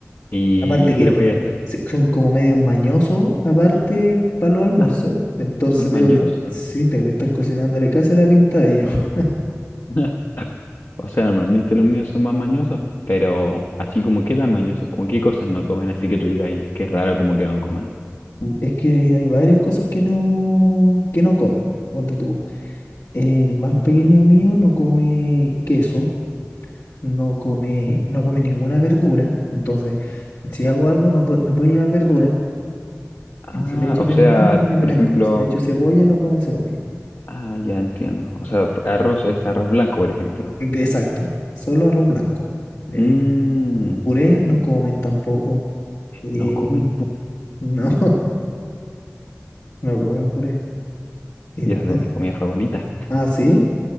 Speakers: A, on the left (about 60°); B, on the left (about 80°).
A: ¿Y
B: Aparte
A: qué
B: que
A: les voy a hacer?
B: se- son como medios mañosos, aparte para los almuerzos.
A: Ah,
B: Entonces
A: son mañosos.
B: tengo que, sí, tengo que estar cocinándole casi a la pinta de ellos. <laughs>
A: <laughs> O sea, normalmente los niños son más mañosos, pero así como quedan mañosos, como qué cosas no comen, así que tú digas, "Ay, qué raro como que no coman.
B: Es que hay varias cosas que no, que no comen. Ponte tú. El más pequeño mío no come queso, no come, no come ninguna verdura. Entonces, si hago algo, no, pue- no puede llevar verdura.
A: Ah,
B: Y si le echo
A: o
B: pimentón,
A: sea,
B: no come pimentón.
A: por ejemplo,
B: Si le echo cebolla, no come cebolla.
A: ah, ya entiendo. O sea, arroz es arroz blanco, por ejemplo.
B: Exacto, solo arroz blanco. Eh,
A: Mmm,
B: puré no comen tampoco. Eh,
A: no comen pu-
B: no, <laughs> no comen puré. Ento-
A: y esa es de mis comidas favoritas.
B: ah, ¿sí?